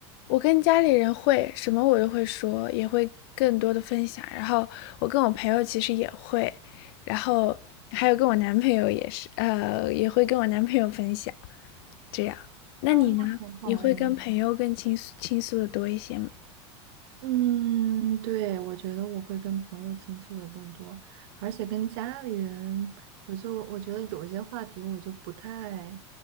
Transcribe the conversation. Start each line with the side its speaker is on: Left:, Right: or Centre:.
Left: 我跟家里人会什么我都会说，也会更多的分享。然后我跟我朋友其实也会，然后还有跟我男朋友也是，呃，也会跟我男朋友分享。这样，那你呢？
Right: 啊，那很好哎。
Left: 你会跟朋友更倾诉倾诉的多一些吗？
Right: 嗯，对，我觉得我会跟朋友倾诉的更多，而且跟家里人，我就我觉得有一些话题我就不太